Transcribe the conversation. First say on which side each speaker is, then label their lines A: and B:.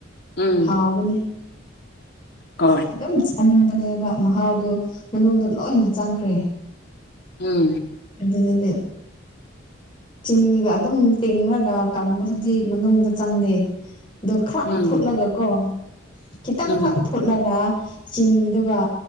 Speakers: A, on the left (about 55°); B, on the left (about 25°).
A: ꯎꯝ
B: ꯍꯥꯎꯕꯅꯦ
A: ꯍꯣꯏ
B: ꯑꯗꯨꯝ ꯆꯥꯅꯤꯡꯕꯅꯦꯕ ꯃꯍꯥꯎꯗꯣ ꯃꯅꯨꯡꯗ ꯂꯣꯏꯅ ꯆꯪꯈ꯭ꯔꯦ
A: ꯎꯝ
B: ꯑꯗꯨꯅꯦ ꯆꯤꯅꯤꯒ ꯑꯗꯨꯝ ꯇꯤꯡꯉꯒ ꯀꯪꯕꯗꯨꯗꯤ ꯃꯅꯨꯡꯗ ꯆꯪꯗꯦ ꯑꯗꯨ ꯈꯛ
A: ꯎꯝ
B: ꯐꯨꯠꯂꯒ ꯀꯣ ꯈꯤꯇꯪ
A: ꯎꯝ
B: ꯈꯔ ꯐꯨꯠꯂꯒ ꯆꯤꯅꯤꯗꯨꯒ